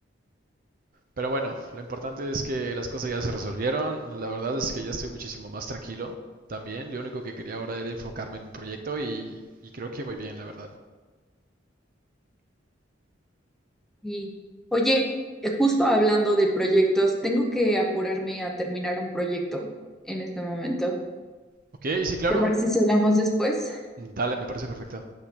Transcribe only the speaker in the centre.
Y oye, eh, justo hablando de proyectos, tengo que apurarme a terminar un proyecto en este momento.
¿Te parece si hablamos después?